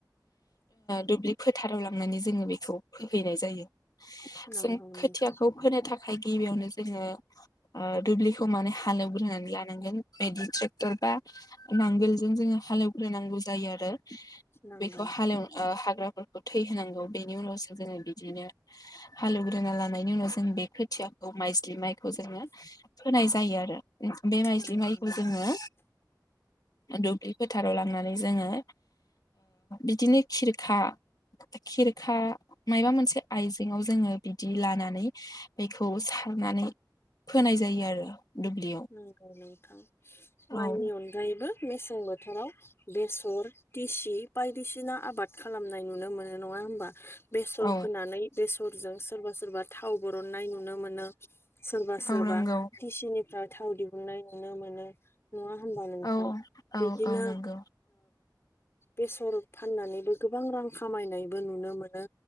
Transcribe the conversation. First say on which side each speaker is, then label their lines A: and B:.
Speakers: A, on the left; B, on the left.
A: दुब्लि फोथाराव लांनानै जोङो बेखौ फोहैनाय जायो
B: नंगौ
A: जों
B: नोंथां
A: खोथियाखौ फोनो थाखाय गिबियावनो जोङो दुब्लिखौ माने हालेवग्रोनानै लानांगोन बिदि ट्रेक्टर बा नांगोलजों जोङो हालेवग्राय नांगौ जायो आरो
B: नंगौ
A: बेखौ हालेव हाग्राफोरखौ थै होनांगौ बेनि उनावसो जोङो बिदिनो हालौवग्रोना लानायनि उनाव जों बे खोथिया मायस्लि माइखौ जोङो होनाय जायो आरो बे माइस्लि
B: नंगौ
A: माइखौ
B: नोंथां
A: जोङो दुब्लि फोथाराव लांनानै जोङो बिदिनो खिरखा खिरखा मायबा मोनसे आइजेङआव जोङो बिदि लानानै बेखौ सारनानै फोनाय जायो आरो दुब्लियाव
B: नंगौ नोंथां माइनि
A: औ
B: अनगायैबो मेसें बोथोराव बेसर दिसि बायदिसिना आबाद खालामनाय नुनो मोनो नङा हबा बेसर
A: औ
B: फोनानै बेसरजों सोरबा सोरबा थाव बरननाय नुनो मोनो सोरबा सोरबा
A: औ नंगौ
B: टिसिनि थाव दिहुननाय नुनो मोनो नङा होनबा नोंथां
A: औ
B: बिदिनो
A: औ औ नंगौ
B: बेसर फाननानैबो गोबां रां खामायनायबो नुनो मोनो